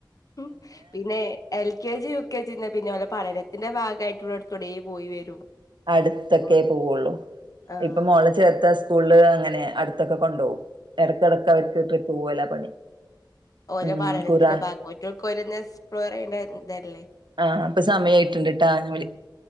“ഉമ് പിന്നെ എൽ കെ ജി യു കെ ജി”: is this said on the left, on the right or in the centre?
Left